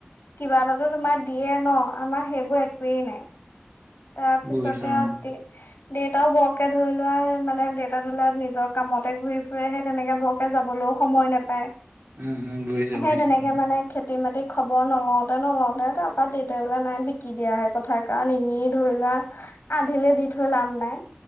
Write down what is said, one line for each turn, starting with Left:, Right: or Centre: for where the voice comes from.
Left: কিবা এটাতো তোমাৰ দিয়ে ন আমাৰ সেইবোৰ একোৱেই নাই। তাৰপিছতে
Right: বুজিছো
Left: আৰু।
Right: অ
Left: দেউতাও বৰকে ধৰি লোৱা মানে দেউতা ধৰি লোৱা নিজৰ কামতে ঘূৰি ফুৰেহে তেনেকে বৰ যাবলৈও সময় নাপায়,
Right: উম উম বুজিছো বুজিছো
Left: সেই তেনেকে
Right: অ
Left: খেতি খেতি মাটি খবৰ নলওঁতে নলওঁতে, তাৰপা দেউতাই বোলে নাই বিকি দিয়াাহে কথাই কাৰণ এনেই ধৰি লোৱা আধিলে দি থৈ লাভ নাই।